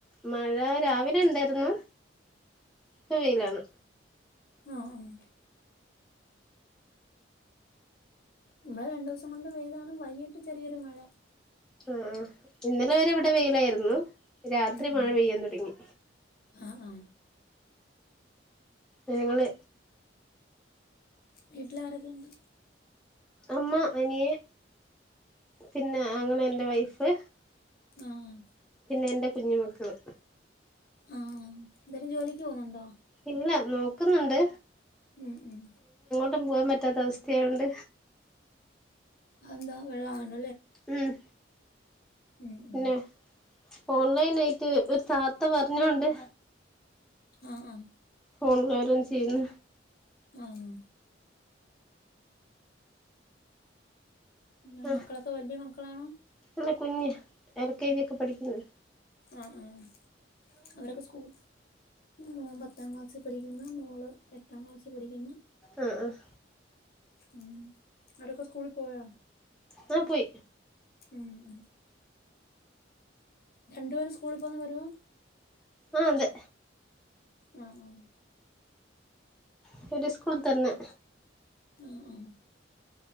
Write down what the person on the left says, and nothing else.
ആം ഇവടെ രണ്ടൂസം കൊണ്ട് വെയിലാണ് വൈയിട്ട് ചെറിയൊരു മഴ
ഉം ഉം
ആ ആ
വീട്ടില് ആരൊക്കെയുണ്ട്
ആഹ്
ആഹ് എന്തേലും ജോലിക്ക് പോന്നുണ്ടോ
ഉം ഉം
അതെന്താ വെള്ളാണ്
ഉം
ഉം
ആഹ് ആഹ്
ആഹ് ന്ന
മക്കളൊക്കെ വലിയ കു മക്കളാണോ
ആഹ് ആഹ് അവരൊക്കെ സ്കൂൾ മൻ പത്താം ക്ലാസ്സിൽ പഠിക്കുന്ന മോള് എട്ടാം ക്ലാസ്സിൽ പഠിക്കുന്ന
ഉ ആരൊക്കെ സ്കൂളിൽ പോയ
ഉ ഉ രണ്ടുപേര സ്കൂളിൽ പോ വരുവോ
ഉം ഉ
ആ ആ